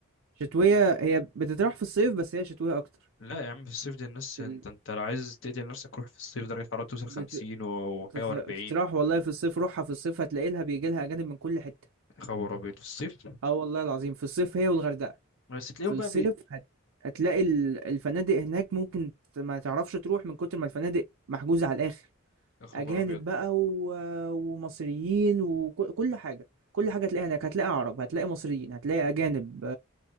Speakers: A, on the right (about 70°); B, on the left (about 60°).
A: شتوية هي بتتراح في الصيف بس هي شتوية اكتر
B: لا يا عم في الصيف دي الناس
A: في
B: انت
A: ال...
B: انت لو عايز تقتل نفسك روح في الصيف درجة الحرارة توصل خمسين
A: بت...
B: و-
A: بت-
B: وحاجة وأربعين
A: بتتراح والله في الصيف روحها في الصيف هتلاقي لها بيجي لها اجانب من كل حتة
B: يا خبر أبيض في الصيف
A: اه والله العظيم في الصيف هي والغردقة
B: بس تلاقيهم
A: في الصيف
B: بقى بي...
A: هت هتلاقي ال الفنادق هناك ممكن ت ما تعرفش تروح من كتر ما الفنادق محجوزة على الآخر،
B: يا خبر
A: أجانب
B: أبيض
A: بقى و ومصريين وك كل حاجة، كل حاجة هتلاقيها هناك، هتلاقي عرب، هتلاقي مصريين، هتلاقي أجانب